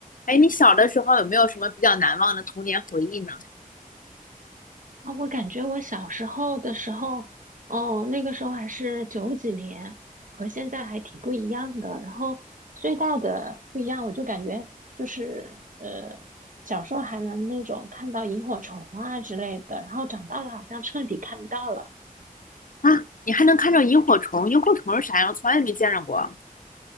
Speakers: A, on the left (about 65°); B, on the right (about 60°).
A: 哎，你小的时候有没有什么比较难忘的童年回忆呢？
B: 啊，我感觉我小时候的时候，哦，那个时候还是九几年，和现在还挺不一样的。然后最大的不一样，我就感觉就是呃，小时候还能那种看到萤火虫啊之类的，然后长大了好像彻底看不到了。
A: 啊，你还能看到萤火虫？萤火虫是啥样？我从来没见着过。